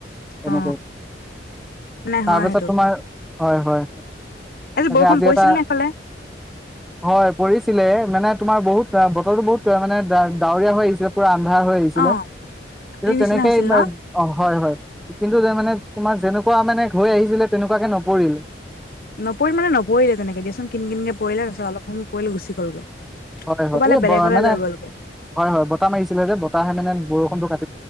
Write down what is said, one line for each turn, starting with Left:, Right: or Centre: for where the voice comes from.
Centre: তেনেক
Left: অ
Centre: ।
Left: নাই হয়
Centre: তাৰপাছত
Left: সেইটো
Centre: তোমাৰ, হয় - হয়। তাকে
Left: বৰষুণ
Centre: আজি
Left: পৰিছিল
Centre: এটা-
Left: নে এইফালে?
Centre: হয় পৰিছিলে মানে তোমাৰ বহুত অ'- বতৰটো বহুত বেয়া মানে, ডা- ডাৱৰীয়া হৈ আহিছে পুৰা আন্ধাৰ হৈ আহিছিলে।
Left: অ',
Centre: কিন্তু
Left: কালি নিচিনা
Centre: তেনেকেই,
Left: হৈছিল
Centre: <unintelligible>
Left: ন?
Centre: অ' হয় - হয় । কিন্তু যে মানে তোমাৰ যেনেকুৱা মানে হৈ আহিছিলে, তেনেকুৱাকে নপৰিল।
Left: নপৰিল মানে নপৰিলে তেনেকে দিয়াচোন। কিনকিনকে পৰিলে । তাৰপিছত অলপ সময় পৰিলে, গুচি <unintelligible>
Centre: হয় -
Left: ক'বালে
Centre: হয় । এই
Left: বেলেগলে
Centre: ব- মানে,
Left: লৈ গ'লগৈ।
Centre: হয় - হয়। বতাহ মাৰিছিলে যে, বতাহে মানে বৰ ফোনটো কাত